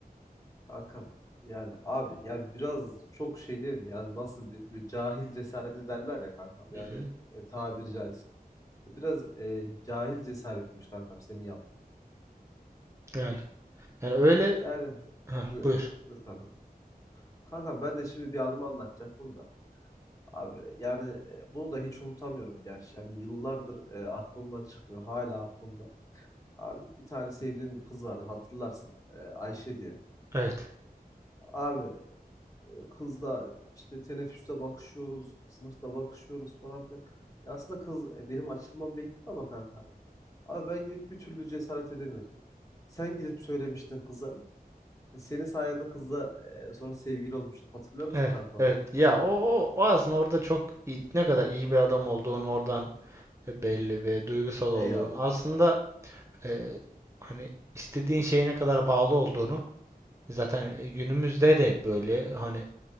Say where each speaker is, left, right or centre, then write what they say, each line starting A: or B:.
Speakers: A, on the left (about 20°); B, on the right (about 15°).
A: Hakan yani abi ya biraz çok şey değil mi? Yani nasıl diyeyim? Böyle cahil cesareti derler ya kankam.
B: Hı
A: Yani
B: hı.
A: e, tabiri caizse. Biraz e, cahil cesaretmiş kankam senin yaptığın.
B: Yani, yani öyle
A: Yani
B: Heh,
A: buyur.
B: buyur.
A: Buyur kankam. Kankam ben de şimdi bir anımı anlatacaktım da. Abi yani e, bunu da hiç unutamıyorum gerçi. Yani yıllardır e, aklımdan çıkmıyor. Hala aklımda. Abi bir tane sevdiğim bir kız vardı hatırlarsın. E, Ayşe diye.
B: Evet.
A: Abi kızla işte teneffüste bakışıyoruz, sınıfta bakışıyoruz falan filan. Ya aslında kız e, benim açılmamı bekliyor ama kanka. Abi ben gidip bir türlü cesaret edemiyordum. Sen gidip söylemiştin kıza. Ve senin sayende kızla e, sonra sevgili olmuştum. Hatırlıyor musun
B: Evet.
A: kanka onu?
B: Evet. Ya o, o, o aslında orada çok iyi- ne kadar iyi bir adam olduğun oradan e, belli ve duygusal olduğun
A: Eyvallah.
B: aslında e, hani istediğin şeye ne kadar bağlı olduğunu zaten e, günümüzde de böyle hani